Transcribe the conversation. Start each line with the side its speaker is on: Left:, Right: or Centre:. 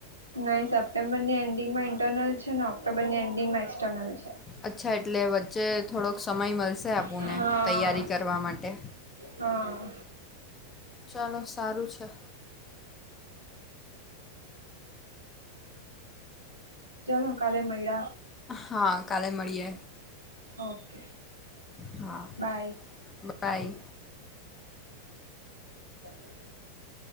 Right: નઈ સપ્ટેમ્બર ની એન્ડિંગ માં ઇન્ટરનલ છે ને ઓક્ટોબરની એન્ડિંગમાં એક્સટર્નલ છે.
Left: અચ્છા એટલે વચ્ચે થોડોક સમય મળશે આપણને
Right: હા
Left: તૈયારી કરવા માટે.
Right: હા.
Left: ચાલો સારું છે.
Right: ચાલો કાલે મૈડ
Left: હા કાલે મળીએ.
Right: ઓકે
Left: હા
Right: બાય
Left: બાય
Right: અચછ